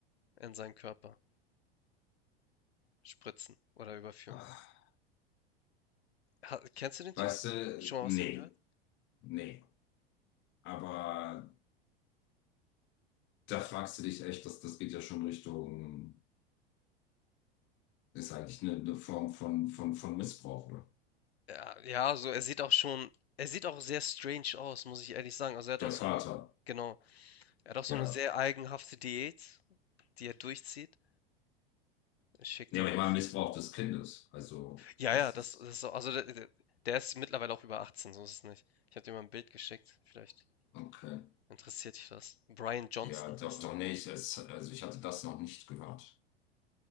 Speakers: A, on the left (about 85°); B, on the left (about 40°).
A: in seinen Körper spritzen oder überführen.
B: Ah,
A: Ha kennst du den Typen?
B: Weißt du,
A: Schon mal
B: nee,
A: was von ihm gehört?
B: nee. Aber da fragst du dich echt, das, das geht ja schon Richtung, ist eigentlich eine, eine Form von, von, von Missbrauch, oder?
A: Ja, ja, so er sieht auch schon, er sieht auch sehr strange aus, muss ich ehrlich sagen. Also er hat
B: Der
A: auch so
B: Vater.
A: eine, genau, er hat auch so
B: Ja.
A: eine sehr eigenhafte Diät, die er durchzieht. Ich schick
B: Nee,
A: dir
B: aber
A: mal
B: ich meine
A: auf
B: Missbrauch
A: jeden Fall.
B: des Kindes. Also,
A: Ja,
B: das
A: ja, das,
B: ist,
A: das ist so, also der, der der ist mittlerweile auch über 18, so ist es nicht. Ich habe dir mal ein Bild geschickt, vielleicht
B: okay.
A: interessiert dich das. Brian Johnson
B: Ja, doch,
A: heißt
B: doch,
A: er.
B: nicht es, also ich hatte das noch nicht gehört.